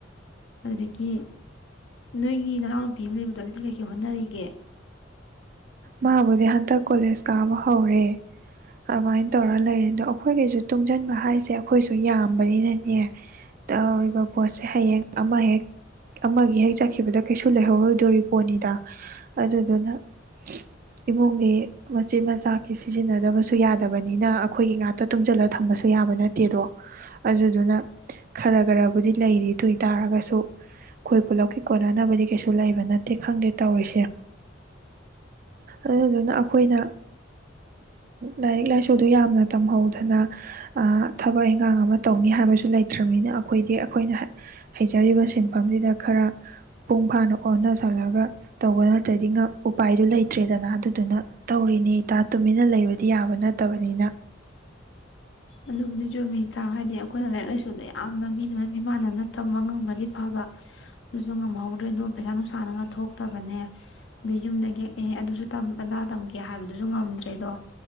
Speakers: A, on the left (about 70°); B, on the right (about 45°).
A: ꯑꯗꯨꯗꯒꯤ ꯅꯣꯏꯒꯤ ꯅꯅꯥꯎꯅꯨꯄꯤ ꯑꯃ ꯂꯩꯕꯗꯣ ꯑꯗꯨꯗꯤ ꯀꯩꯀꯩ ꯍꯣꯠꯅꯔꯤꯒꯦ
B: ꯃꯥꯕꯨꯗꯤ ꯍꯟꯗꯛ ꯀꯣꯂꯦꯁ ꯀꯥꯕ ꯍꯧꯔꯦ ꯑꯗꯨꯃꯥꯏꯅ ꯇꯧꯔ ꯂꯩꯔꯦ ꯑꯗꯣ ꯑꯩꯈꯣꯏꯒꯤꯁꯨ ꯇꯨꯡꯁꯤꯟꯕ ꯍꯥꯏꯁꯦ ꯑꯩꯈꯣꯏꯁꯨ ꯌꯥꯝꯕꯅꯤꯅꯅꯦ ꯇꯧꯔꯤꯕ ꯄꯣꯠꯁꯦ ꯍꯌꯦꯡ ꯑꯃ ꯍꯦꯛ ꯑꯃꯒꯤ ꯍꯦꯛ ꯆꯠꯈꯤꯕꯗ ꯀꯩꯁꯨ ꯂꯩꯍꯧꯔꯨꯗꯣꯔꯤ ꯄꯣꯠꯅꯤꯗ ꯑꯗꯨꯗꯨꯅ ꯏꯃꯨꯡꯒꯤ ꯃꯆꯝꯠ ꯃꯆꯥꯛꯀꯤ ꯁꯤꯖꯤꯟꯅꯗꯕꯁꯨ ꯌꯥꯗꯕꯅꯤꯅ ꯑꯩꯈꯣꯏꯒꯤ ꯉꯇ ꯇꯨꯡꯁꯤꯜꯂꯒ ꯊꯝꯕꯁꯨ ꯌꯥꯕ ꯅꯠꯇꯦꯗꯣ ꯑꯗꯨꯗꯨꯅ ꯈꯔ ꯈꯔꯕꯨꯗꯤ ꯂꯩꯔꯤꯗꯨ ꯑꯣꯏ ꯇꯥꯔꯒꯁꯨ ꯑꯩꯈꯣꯏ ꯄꯨꯂꯞꯀꯤ ꯀꯣꯟꯅꯅꯕꯗꯤ ꯀꯩꯁꯨ ꯂꯩꯕ ꯅꯠꯇꯦ ꯈꯪꯗꯦ ꯇꯧꯔꯤꯁꯦ ꯑꯗꯨꯗꯨꯅ ꯑꯩꯈꯣꯏꯅ ꯂꯥꯏꯔꯤꯛ ꯂꯥꯏꯁꯨꯗꯣ ꯌꯥꯝꯅ ꯇꯝꯍꯧꯗꯅ ꯊꯕꯛ ꯏꯟꯈꯥꯡ ꯑꯃ ꯇꯧꯅꯤ ꯍꯥꯏꯕꯁꯨ ꯂꯩꯇ꯭ꯔꯕꯅꯤꯅ ꯑꯩꯈꯣꯏꯗꯤ ꯑꯩꯈꯣꯏꯅ ꯍꯩꯖꯔꯤꯕ ꯁꯤꯟꯐꯝꯁꯤꯗ ꯈꯔ ꯃꯄꯨꯡ ꯐꯥꯅ ꯑꯣꯟꯅꯁꯜꯂꯒ ꯇꯧꯕ ꯅꯠꯇ꯭ꯔꯗꯤ ꯉ ꯎꯄꯥꯏꯗꯨ ꯂꯩꯇ꯭ꯔꯦꯗꯅ ꯑꯗꯨꯗꯨꯅ ꯇꯧꯔꯤꯅꯤ ꯏꯇꯥ ꯇꯨꯃꯤꯟꯅ ꯂꯩꯕꯗꯤ ꯌꯥꯕ ꯅꯠꯇꯕꯅꯤꯅ
A: ꯑꯗꯨꯕꯨꯗꯤ ꯆꯨꯝꯃꯤ ꯏꯇꯥ ꯍꯥꯏꯗꯤ ꯑꯩꯈꯣꯏꯅ ꯂꯥꯏꯔꯤꯛ ꯂꯥꯏꯁꯨꯗ ꯌꯥꯝꯅ ꯃꯤ ꯂꯣꯏꯅ ꯃꯤꯃꯥꯟꯅꯅ ꯇꯝꯕ ꯉꯝꯒ꯭ꯔꯗꯤ ꯐꯕ ꯑꯗꯨꯁꯨ ꯉꯝꯍꯧꯗ꯭ꯔꯦꯗꯣ ꯄꯩꯁꯥ ꯅꯨꯡꯁꯥꯅꯉ ꯊꯣꯛꯇꯕꯅꯦ ꯑꯗ ꯌꯨꯝꯗ ꯌꯦꯛꯑ ꯑꯗꯨꯁꯨ ꯑꯗꯥ ꯇꯝꯒꯦ ꯍꯥꯏꯕꯗꯨꯁꯨ ꯉꯝꯗ꯭ꯔꯦ ꯑꯗꯣ